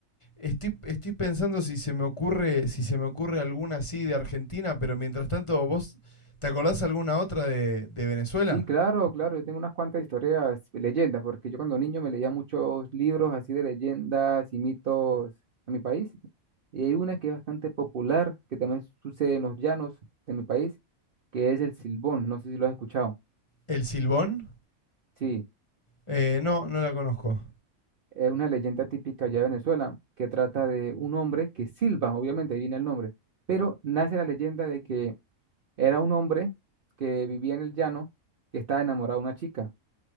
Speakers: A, on the left; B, on the right.
A: estoy, estoy pensando si se me ocurre si se me ocurre alguna así de Argentina pero mientras tanto vos te acordás alguna otra de, de Venezuela
B: Sí, claro, claro, yo tengo unas cuantas historias, leyendas, porque yo cuando niño me leía muchos libros así de leyendas y mitos a mi país, y hay una que es bastante popular, que también sucede en los llanos de mi país, que es el Silbón, no sé si lo has escuchado.
A: el silbón
B: Sí,
A: Eh, no no la conozco
B: es una leyenda típica allá de Venezuela, que trata de un hombre que silba, obviamente, ahí viene el nombre, pero nace la leyenda de que era un hombre que vivía en el llano, que estaba enamorado de una chica